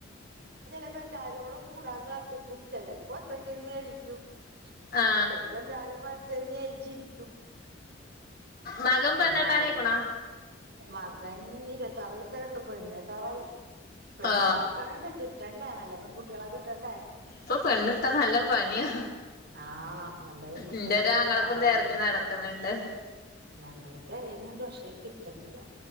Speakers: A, on the right; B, on the left.
A: ഇപ്പെല്ലാരും കൂടെ കൂടാൻ കാത്തിക്കും ചെലപ്പോ ഒറ്റക്കിരുന്ന് കഴിക്കും
B: ആ
A: ചെലപ്പോ എല്ലാരും വരട്ടെന്ന് വിജാരി ചിരി
B: മകൻ പെണ്ണ്
A: എല്ലാരും
B: കെട്ടാനായിക്കണാ
A: മകൻ ഇരുപത്താറു വയസ്സായിട്ടുള്ളു പെണ്ണ് കെട്ടാറായി പെണ്ണ്
B: ആ
A: നോക്കണുണ്ട് കി രണ്ടാണല്ലേ പെൺകുട്ടികളെ കെട്ടി ക്കണ്ടേ
B: ഇപ്പൊ പെണ്ണിട്ടാ നല്ല പണിയാ
A: ആഹ് വല്ലതും കുട്ടികളൊയൊക്കെ
B: ഇന്റൊരാങ്ങളക്കും
A: കിട്ടാനില്ല
B: തെരഞ്ഞു നടക്കുന്നുണ്ട്
A: ഞങ്ങള് തെരയണുണ്ട് പക്ഷേ കിട്ടണില്ല